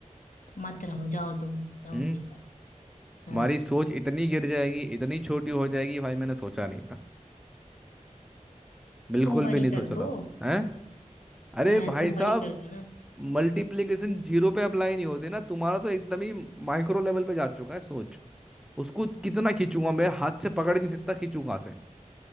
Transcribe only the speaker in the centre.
हम्म
हमारी सोच इतनी गिर जाएगी इतनी छोटी हो जाएगी भाई मैंने सोचा नहीं था बिल्कुल
भी नहीं
सोचा
था हैं अरे
भाई
साहब
मल्टीप्लीकेशन जीरो पे अप्लाई नहीं होते ना तुम्हारा तो एकदम ही माइक्रो लेवल पे जा चुका है सोच उसको कितना खींचूंगा मैं हाथ से पकड़ ही नहीं सकता खींचू कहाँ से